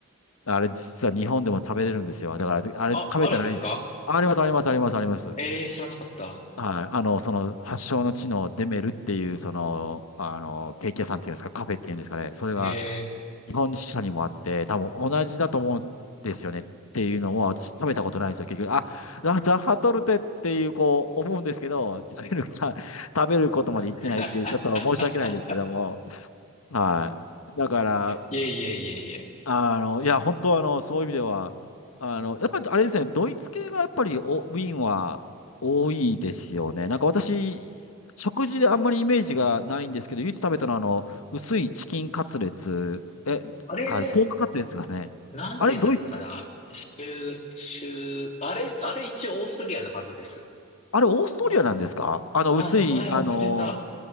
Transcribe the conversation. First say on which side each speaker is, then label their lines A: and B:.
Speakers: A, on the left (about 85°); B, on the left (about 35°).
A: あれ実は日本でも食べれるんですよ。だから、あれ食べたらいいんです。
B: あ、あるんですか
A: あります、あります、あります、あります。
B: えー、知らなかった。
A: はい。あの、その、発祥の地のデメルっていう、その、あの、ケーキ屋さんっていうんですか、カフェっていうんですかね。それが、
B: へえ。
A: 日本支社にもあって、多分同じだと思うんですよねっていうのは、私食べたことないんですよ、結局。あ、ラザハトルテっていう、こう、思うんですけど、食べる、食べることまで言ってないっていう、
B: <laughs>
A: ちょっと申し訳ないですけども。はい。だから、
B: いえいえいえいえ。
A: あの、いや、本当あの、そういう意味では、あの、やっぱりあれですね、ドイツ系がやっぱりおウィーンは多いですよね。なんか私、食事であんまりイメージがないんですけど、唯一食べたのはあの、薄いチキンカツレツ、え、
B: あれ、
A: か、ポークカツレツがね、
B: なんて言うんだったかな。
A: あれドイツ、
B: 州、州、あれ、あれ一応オーストリアのはずです。
A: あれオーストリアなんですかあの、
B: あ、あ、
A: 薄い、
B: 名前忘れた。
A: あの、